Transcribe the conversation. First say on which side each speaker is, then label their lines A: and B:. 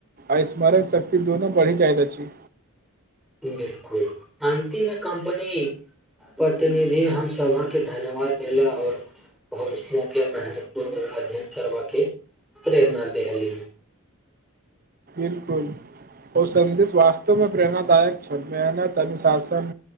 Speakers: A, on the right (about 40°); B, in the centre.
A: आ स्मरण शक्ति दुनू बढ़ि जाइत अछि।
B: बिलकुल अन्तिमे कम्पनी प्रतिनिधि हम सभा के धन्यवाद देला और भविष्य के महतपूर्ण अध्ययन करबा के प्रेरणा देहली।
A: बिलकुल ओ सन्देश वास्तवमे प्रेरणाादायक छल मेहनत त अनुशासन